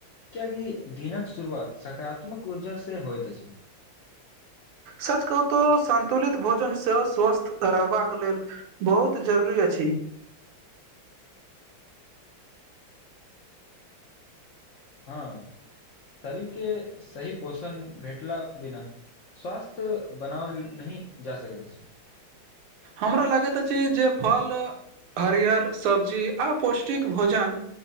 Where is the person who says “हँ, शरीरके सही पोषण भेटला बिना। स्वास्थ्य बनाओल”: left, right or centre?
Left